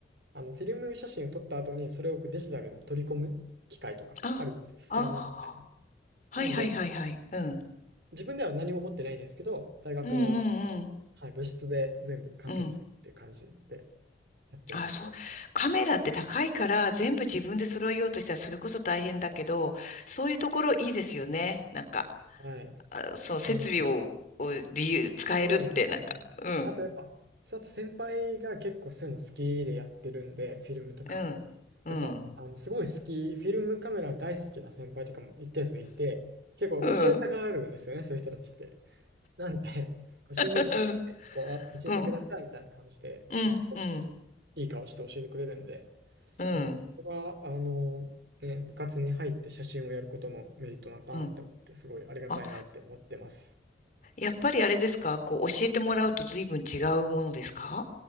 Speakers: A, on the right; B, on the left.
A: あの、フィルム写真を撮った後に、それをデジタルに取り込む機械とかあるんですよ、
B: あ、
A: スキャナーみたいな。
B: あ、はいはいはいはい。
A: なんで、
B: うん。
A: 自分では何も持ってないんですけど、大学の、
B: うんうんうん。
A: その、はい、部室で全部完結っていう感じで
B: うん。
A: やってますね。
B: あ、そう。カメラって高いから全部自分で揃えようとしたらそれこそ大変だけど、そういうところいいですよね。なんか、
A: はい。
B: あ、そう、設備を、
A: あの、
B: を理由、使えるって、
A: そうなんですよね。
B: なんか、うん、
A: あとやっぱ、そうあと先輩が結構そういうの好きでやってるんで、フィルムとか。
B: うん、うん、
A: やっぱ、あの、すごい好き、フィルムカメラ大好きな先輩とかも一定数いて、結構教えたがるんですよね、
B: うん、
A: そういう人たちって。なんで、こう新入生なんで、
B: <laughs> うん、
A: こう、あ教えてくださいみたいな感じで行くと、
B: うん、うん、うん、
A: すごいいい顔して教えてくれるんで、
B: うん。
A: やっぱそこが、あの、ね、部活に入って写真をやることのメリットなのかなって思って、
B: うん
A: すごいありがたいなって思ってます。
B: あ、やっぱりあれですかこう、教えてもらうと随分違うものですか